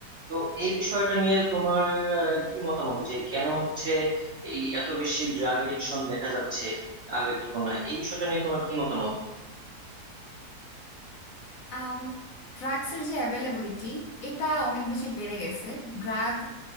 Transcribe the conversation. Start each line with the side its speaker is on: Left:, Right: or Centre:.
Right: তো এই বিষয়টা নিয়ে তোমার আহ, কি মতামত যে কেন হচ্ছে এই এত বেশি ড্রাগ এডিকশন দেখা যাচ্ছে আগের তুলনায় এই বিষয়টা নিয়ে তোমার কি মতামত
Left: আম ড্রাগসের যে অ্যাভেলেবিলিটি এটা অনেক বেশি বেড়ে গেছে ড্রাগ